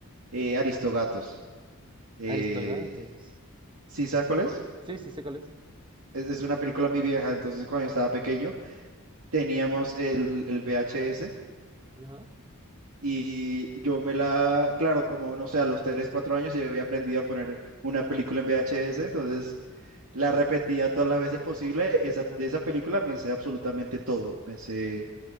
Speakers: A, on the right (about 85°); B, on the right (about 25°).
A: eh, Aristogatos. Eh,
B: Aristogatos.
A: ¿sí sabes cuál es?
B: Sí, sí, sé cuál es.
A: es? es una película muy vieja, entonces cuando yo estaba pequeño teníamos el, el VHS
B: Ajá.
A: y yo me la, claro, como no sé, a los 3 4 años yo había aprendido a poner una película en VHS, entonces... La repetía todas las veces posible. Esa, de esa película me sé absolutamente todo. Me sé